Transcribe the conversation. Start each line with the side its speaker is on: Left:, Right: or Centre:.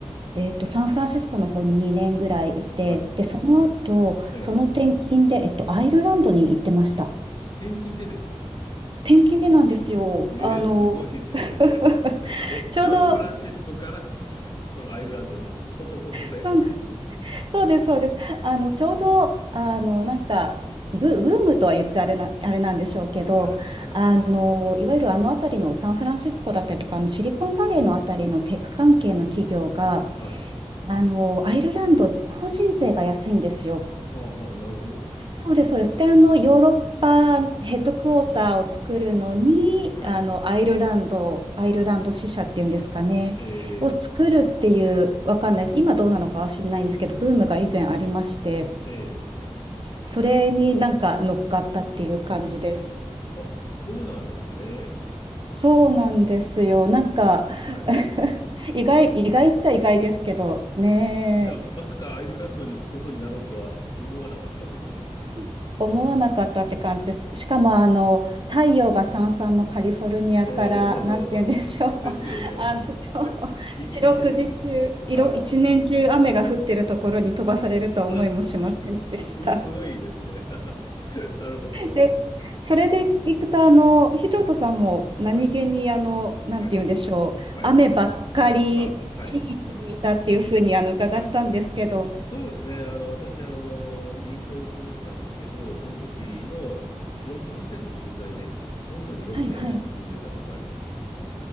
Right: えっと、サンフランシスコの方に2年ぐらいいて、
Left: はい。
Right: で、その後、
Left: ええ。
Right: その転勤で、えっと、アイルランドに行ってました。
Left: 転勤でですか
Right: 転勤でなんですよ。
Left: ええ、
Right: あの、
Left: すごいですね。
Right: <laughs>
Left: <laughs> え、
Right: ちょうど、
Left: サンフランシスコから、そのアイルランドに、外外で
Right: そうなんそうです、そうです。あの、ちょうど、あの、なんか、ブ、ブームとは言っちゃあれな、あれなんでしょうけど、
Left: <laughs> はい。はい。
Right: あの、いわゆるあの辺りのサンフランシスコだったりとか、あのシリコンバレーのあたりのテック関係の企業が、
Left: はい。
Right: あの、アイルランド、法人税が安いんですよ。
Left: はあはあ、なるほど。
Right: そうです、そうです。で、あの、ヨーロッパヘッドクォーターを作るのに、
Left: はい。
Right: あの、アイルランド、アイルランド支社っていうんですかね、
Left: え
Right: を作るっていう、
Left: え。
Right: わかんないです。今どうなのかは知らないんですけど、ブームが以前ありまして、
Left: ええ。
Right: それになんか乗っかったっていう感じです。
Left: あ、そうなんですね。
Right: そうなんですよ。なんか
Left: はい。
Right: <laughs> 意外、意外っちゃ意外ですけどね
Left: じゃあ、まさかアイルランドに行くことになろうとは思わなかったって感じですか
Right: え、思わなかったって感じです。しかもあの太陽がさんさんのカリフォルニアからなんて言うんでしょう、
Left: うん <laughs> ですよね。
Right: <laughs> あのそう四六時中、
Left: い、い、い
Right: 色一年中雨が降ってるところに飛ばされるとは思いもしませんでした。
Left: <laughs> はい。あ、<laughs> す、すごい、すごいですね。<laughs> なるほど。
Right: で、それでいくと、あの、ヒロトさんも何気に、
Left: はい、
Right: あの、なんて言うんでしょう、
Left: はい、はい。
Right: 雨ばっかり地域にいたっていうふうに、
Left: あ、はい。
Right: あの、伺ったんですけど、
Left: あ、そうですね。あの、私、あの、銀行に勤めてたんですけど、その時のロンドン支店の駐在で、ロンドンに6年住んでたことあります。
Right: はいはい。